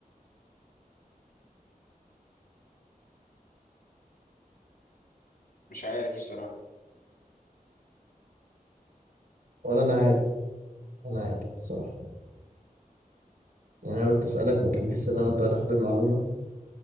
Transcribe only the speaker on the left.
مش عارف الصراحة